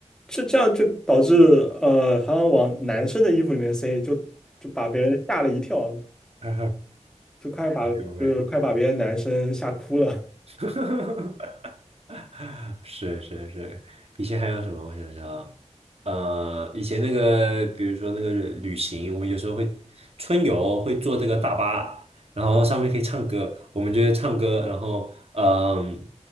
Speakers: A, in the centre; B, on the right.
A: 是这样就导致呃，好像往男生的衣服里面塞，就就把别人吓了一跳，
B: <laughs> 没
A: 就快把就是快把别的男生吓哭了。
B: 有没有。<laughs> <laughs> 是是是，以前还有什么？我想想啊，呃，以前那个，比如说那个旅行，我们有时候会春游，会坐这个大巴，然后上面可以唱歌，我们就会唱歌，然后嗯、